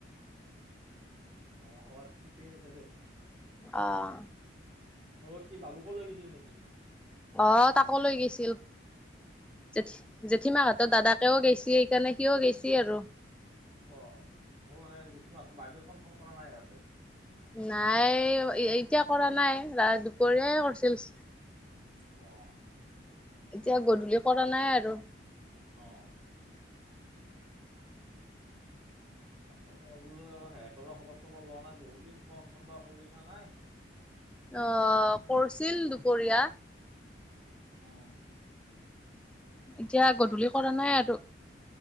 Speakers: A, on the right; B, in the centre.
A: অঁ ঠিকেই আছে দে।
B: আহঁ
A: অঁ কি বাবুক লৈ গৈছিল নেকি।
B: আহঁ তাকো লৈ গৈছিল জঠ জেঠীমা
A: অ'।
B: হাতৰ দাদাকেও গৈছিল। সেইকাৰণে কিয় গেছি আৰু
A: অঁ অঁ সেইতিমাত্ৰ বাইদেউ ফোন চোন কৰা নাই ইয়াতে
B: নাই এতিয়া কৰা নাই ৰা দুপৰীয়াই কৰিছিল।
A: অঁ।
B: এতিয়া গধূলি কৰা নাই আৰু
A: অঁ তাকে মই বোলো সিহঁতৰ সবৰ চবৰ লোৱা নাই বহুত দিন খ চন বা কৰিল না নাই। <unintelligible>
B: আহ কৰছিল দুপৰীয়া
A: অঁ
B: এতিয়া গধূলি কৰা নাই আৰু